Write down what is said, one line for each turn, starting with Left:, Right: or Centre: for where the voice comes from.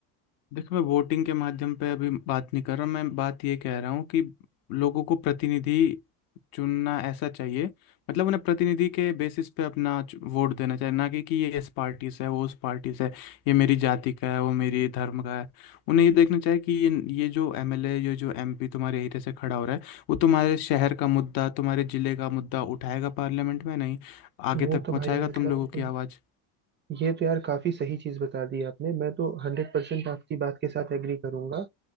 Left: देखो मैं वोटिंग के माध्यम पे अभी बात नहीं कर रहा मैं बात ये कह रहा हूँ कि लोगों को प्रतिनिधि चुनना ऐसा चाहिए मतलब उन्हें प्रतिनिधि के बेसिस पे अपना चु- वोट देना चाहिए ना कि कि ये इस पार्टी से है वो उस पार्टी से है ये मेरी जाति का है वो मेरी धर्म का है उन्हें ये देखना चाहिए कि ये ये जो एमएलए ये जो एमपी तुम्हारे एरिया से खड़ा हो रहा है वो तुम्हारे शहर का मुद्दा तुम्हारे जिले का मुद्दा उठाएगा पार्लियामेंट में नहीं आगे
Right: वो
Left: तक
Right: तो
Left: पहुंचाएगा
Right: भाई मतलब
Left: तुम लोगों की आवाज़
Right: ये तो यार काफी सही चीज बता दी आपने मैं तो हंड्रेड परसेंट आपकी बात के साथ एग्री करूंगा